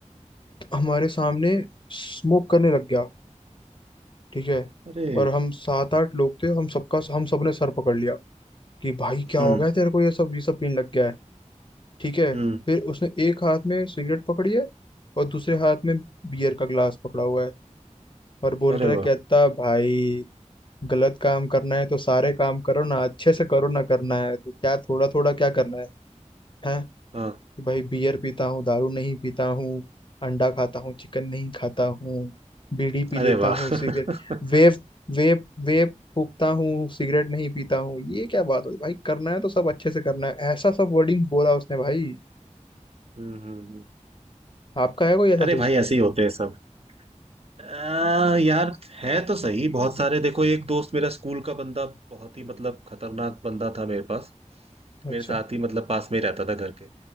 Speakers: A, on the left; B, on the right.
A: हमारे सामने स्मोक करने लग गया ठीक है
B: अरे
A: और हम सात आठ लोग थे हम सबका हम सबने सर पकड़ लिया कि भाई क्या
B: हम्म
A: हो गया तेरे को ये सब ये सब पीने लग गया है ठीक है
B: हम्म
A: फिर उसने एक हाथ में सिगरेट पकड़ी है और दूसरे हाथ में बियर का गिलास पकड़ा हुआ है और बोल
B: अरे
A: रहा है
B: वाह
A: कहता भाई गलत काम करना है तो सारे काम करो ना अच्छे से करो ना करना है तो क्या थोड़ा थोड़ा क्या करना है है
B: हाँ
A: कि भाई बियर पीता हूँ दारू नहीं पीता हूँ अंडा खाता हूँ चिकन नहीं खाता हूँ बीड़ी पी
B: अरे
A: लेता
B: वाह
A: हूँ सिगरेट
B: <laughs> हम्म
A: वेप वेप वेप फूकता हूँ सिगरेट नहीं पीता हूँ ये क्या बात होती भाई करना है तो सब अच्छे से करना है ऐसा सब वर्डिंग बोला उसने भाई
B: हम्म, हम्म।
A: आपका है कोई ऐसा
B: अरे
A: दोस्त
B: भाई ऐसे ही होते हैं सब आ, यार है तो सही बहुत सारे देखो एक दोस्त मेरा स्कूल का बंदा बहुत ही मतलब खतरनाक बंदा था मेरे पास
A: अच्छा
B: मेरे साथ ही मतलब पास में ही रहता था घर के